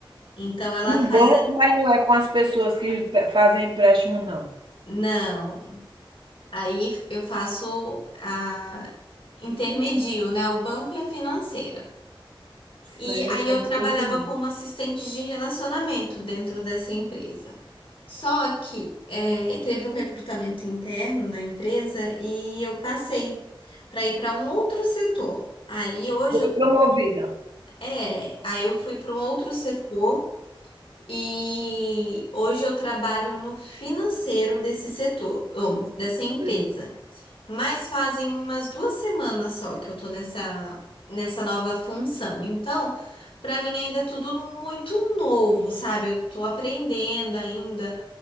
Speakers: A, on the left; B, on the right.
A: Então ela
B: Com
A: faz
B: banco, mas não é com as pessoas que pe- fazem empréstimo, não.
A: Não. Aí eu faço a intermedio, né? O banco e a financeira. E
B: Sei
A: aí
B: como
A: eu trabalhava
B: tô entendendo.
A: como assistente de relacionamento dentro dessa empresa. Só que eh, teve um recrutamento interno na empresa e eu passei para ir para um outro setor. Aí hoje
B: Foi
A: eu,
B: promovida.
A: é, aí eu fui para um outro setor e hoje eu trabalho no financeiro desse setor, ou dessa empresa.
B: Sei,
A: Mas fazem umas duas semanas só que eu tô nessa, nessa nova função. Então, pra mim ainda é tudo muito novo, sabe? Eu tô aprendendo ainda.